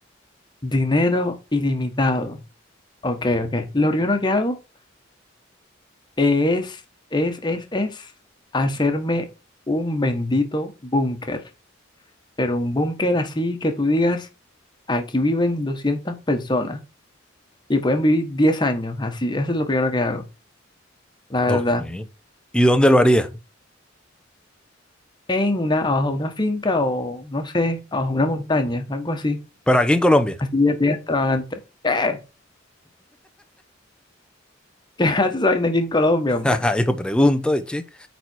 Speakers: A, on the left (about 20°); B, in the centre.
A: Dinero ilimitado. Ok, ok. Lo primero que hago es, es, es, es hacerme un bendito búnker. Pero un búnker así que tú digas, aquí viven 200 personas y pueden vivir 10 años. Así, eso es lo primero que hago, la
B: Ok.
A: verdad.
B: ¿Y dónde lo harías?
A: en una, abajo de una finca o no sé, abajo de una montaña, algo así,
B: Pero aquí en Colombia.
A: así de bien extravagante. ¿Qué? <laughs> ¿Qué haces esa vaina aquí en Colombia,
B: <laughs>
A: hombre?
B: Ajá, Yo pregunto, che.